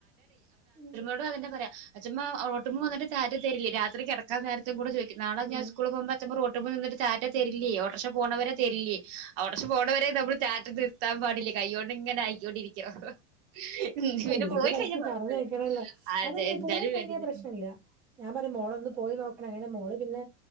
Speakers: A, in the centre; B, on the right.
A: ഉം
B: എന്നോടും അതന്നെ പറയാ അച്ചമ്മ ഓട്ടുമ്പോ വന്നിട്ട് റ്റാറ്റാ തരില്ലേ രാത്രി കിടക്കാൻ നേരത്ത് കൂടെ ചോദിക്കും നാളെ
A: ഉം
B: ഞാൻ സ്കൂള് പോകുമ്പം ച്ചമ്മ റോട്ടുമ നിന്നിട്ട് റ്റാ റ്റാ തരില്ലേ ഓട്ടോറിക്ഷ പോവണ വരെ തരില്ലേയ് ഓട്ടോറിക്ഷ പോണവരെ നമ്മള് റ്റാറ്റാ നി ത്താൻ പാടില്ലേ കൈ കൊണ്ട് ഇങ്ങനെ ആയിക്കൊണ്ടിരി ക്കും പിന്നെ
A: എന്തെങ്കിലും
B: പോയി കഴിഞ്ഞ
A: ആക്കി
B: കൊഴപ്പില്ല
A: പറഞ്ഞയക്കണല്ലോ.
B: അതെ
A: അതന്നെ
B: എന്താലും
A: പോയി കഴിഞ്ഞാ
B: വേണ്ടില്ലാ
A: പ്രശ്നല്ല. ഞാൻ പറയും മോള് ഒന്ന് പോയി നോ അങ്ങനെ മോള് പിന്നെ